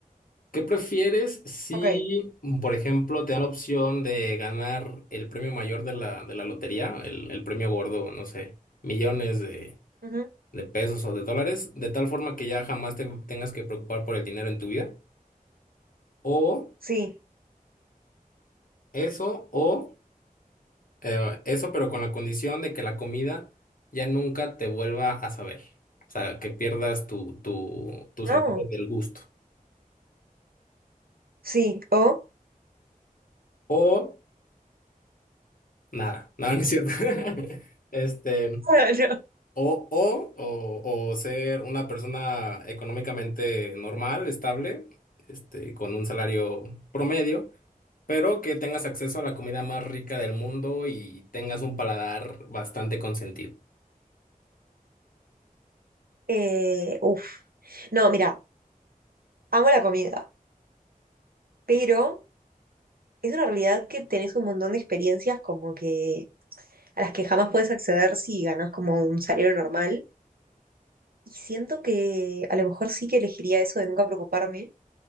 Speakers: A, on the left; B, on the right.
A: ¿Qué prefieres si,
B: Ok.
A: mm, por ejemplo, te dan la opción de ganar el premio mayor de la, de la lotería, el, el premio gordo, no sé, millones de,
B: Ujú.
A: de pesos o de dólares, de tal forma que ya jamás te tengas que preocupar por el dinero en tu vida? O
B: Sí.
A: eso, o eh, eso, pero con la condición de que la comida ya nunca te vuelva a saber. O sea, que pierdas tu, tu, tu
B: No.
A: sentido del gusto.
B: Sí. ¿O?
A: O nada, <laughs> nada, no es cierto. <laughs> Este.
B: <laughs> No.
A: O, o, o, o ser una persona económicamente normal, estable, este, con un salario promedio, pero que tengas acceso a la comida más rica del mundo y tengas un paladar bastante consentido.
B: Eh, uf. No, mira, amo la comida, pero es una realidad que tenés un montón de experiencias como que a las que jamás puedes acceder si ganas como un salario normal. Y siento que a lo mejor sí que elegiría eso de nunca preocuparme